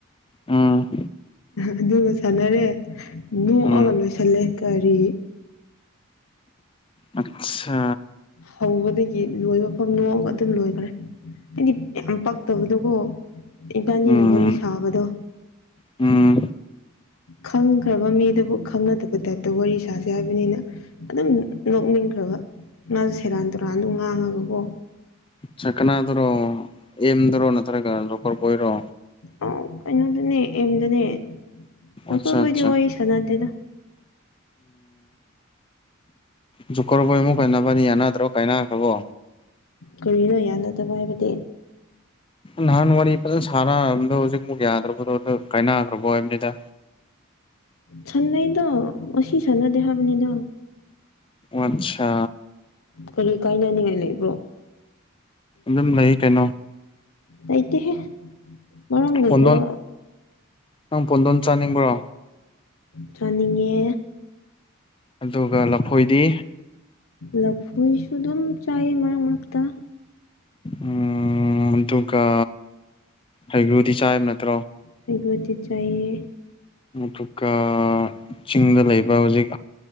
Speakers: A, on the left (about 25°); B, on the left (about 80°).
A: ꯎꯝ
B: ꯑꯗꯨꯒ ꯁꯥꯟꯅꯔꯦ ꯅꯣꯛꯑꯒ
A: ꯎꯝ
B: ꯂꯣꯏꯁꯤꯜꯂꯦ ꯀꯔꯤ
A: ꯑꯆꯥ
B: ꯍꯧꯕꯗꯒꯤ ꯂꯣꯏꯕ ꯐꯐꯝ ꯅꯣꯛꯑꯒ ꯑꯗꯨꯝ ꯂꯣꯏꯈꯔꯦ ꯍꯥꯏꯗꯤ ꯌꯥꯝ ꯄ ꯇꯧꯕꯗꯨꯒꯣ ꯏꯝꯕꯥꯅꯤꯅ
A: ꯎꯝ
B: ꯋꯥꯔꯤ ꯁꯥꯕꯗꯣ
A: ꯎꯝ
B: ꯈꯪ ꯐꯈ꯭ꯔꯕ ꯃꯤꯗꯨꯕꯨ ꯈꯪꯅꯗꯕ ꯇꯥꯏꯞꯇ ꯋꯥꯔꯤ ꯁꯥꯁꯦ ꯍꯥꯏꯕꯅꯤꯅ ꯑꯗꯨꯝ ꯅꯣꯛꯅꯤꯡꯈ꯭ꯔꯕ ꯉꯥꯁꯨ ꯁꯦꯔꯥꯟ ꯇꯨꯔꯥꯟꯗ ꯉꯥꯡꯉꯒꯀꯣ
A: ꯆꯀꯅꯥꯗꯨꯔꯣ ꯑꯦꯝꯗꯔꯣ ꯅꯠꯇ꯭ꯔꯒ ꯂꯣꯔꯕꯣꯏꯔꯣ
B: ꯑ ꯀꯩꯅꯣꯗꯨꯅꯦ ꯑꯦꯝꯗꯨꯅꯦ ꯅꯀꯣꯏꯕꯨꯣꯏꯗꯤ
A: ꯑꯠꯆꯥ ꯑꯠꯆꯥ
B: ꯋꯥꯔꯤ ꯁꯥꯟꯅꯗꯦꯗ
A: ꯖꯨꯀꯕꯨ ꯑꯃꯨꯛ ꯀꯟꯅꯅꯕꯅꯤ ꯌꯥꯅꯗ꯭ꯔꯣ ꯀꯥꯏꯅꯈ꯭ꯔꯕꯣ
B: ꯀꯔꯤꯅꯣ ꯌꯥꯅꯗꯕ ꯍꯥꯏꯕꯗꯤ
A: ꯅꯍꯥꯟ ꯋꯥꯔꯤ ꯐꯖꯅ ꯁꯥꯟꯅꯝꯗꯣ ꯍꯧꯖꯤꯛꯐꯨꯛ ꯌꯥꯗ꯭ꯔꯕꯗꯣ ꯀꯥꯏꯅꯈ꯭ꯔꯕ ꯍꯥꯏꯕꯅꯤꯗ
B: ꯁ ꯅꯩꯗꯣ ꯑꯣꯁꯤ ꯁꯅ ꯗꯦꯥꯕꯗ
A: ꯑꯆꯥ
B: ꯀꯔꯤ ꯀꯥꯏꯅꯅꯤꯡꯉꯥꯏ ꯂꯩꯕ꯭ꯔꯣ
A: ꯃ ꯅ ꯀꯩꯅꯩꯅꯣ
B: ꯑꯥꯏꯇꯍꯦ ꯃꯔꯝ ꯂꯩꯗꯔ
A: ꯄꯣꯟꯗꯣꯟ ꯅꯪ ꯄꯣꯟꯗꯣꯟ ꯆꯥꯅꯤꯡꯕ꯭ꯔꯣ
B: ꯆꯥꯅꯤꯡꯉꯦ
A: ꯑꯗꯨꯒ ꯂꯐꯣꯏꯗꯤ
B: ꯂꯐꯨꯁꯨ ꯑꯗꯨꯝ ꯆꯥꯏ ꯃꯔꯛ ꯃꯔꯛꯇ
A: ꯎꯝ ꯑꯗꯨꯒꯒ ꯍꯩꯒ꯭ꯔꯨꯗꯤ ꯆꯥꯏꯕ ꯅꯠꯇ꯭ꯔꯣ
B: ꯍꯩꯒ꯭ꯔꯨꯗꯤ ꯆꯥꯏꯌꯦ
A: ꯑꯗꯨꯒ ꯆꯤꯡꯗ ꯂꯩꯕ ꯍꯧꯖꯤꯛ